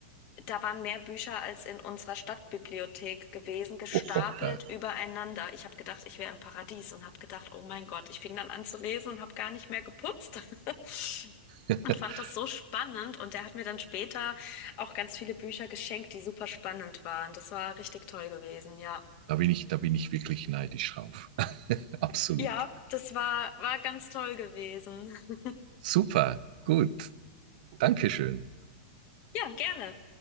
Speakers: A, on the left; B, on the right.
A: da waren mehr Bücher als in unserer Stadtbibliothek gewesen, gestapelt
B: Oh, oh, äh.
A: übereinander. Ich habe gedacht, ich wäre im Paradies und habe gedacht, oh mein Gott, ich fing dann an zu lesen und habe gar nicht mehr geputzt. <laughs>
B: <laughs>
A: Und fand das so spannend und der hat mir dann später auch ganz viele Bücher geschenkt, die super spannend waren. Das war richtig toll gewesen, ja.
B: da bin ich, da bin ich wirklich neidisch drauf. <laughs> Absolut.
A: Ja, das war, war ganz toll gewesen. <laughs>
B: Super. Gut. Dankeschön.
A: Ja, gerne.